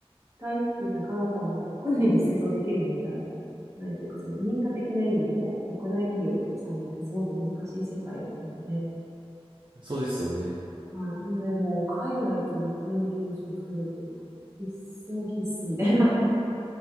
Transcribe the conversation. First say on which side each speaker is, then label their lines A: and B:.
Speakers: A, on the right; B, on the right.
A: 体ってなかなかあの、国内で施設をできるものではないというか、その認可的な意味でも国内企業の参入ってすごく難しい世界なので、
B: そうですよね。
A: はい。なので、もう海外とのコミュニケーションを取れるっていうのは、必須も必須みたいな <laughs>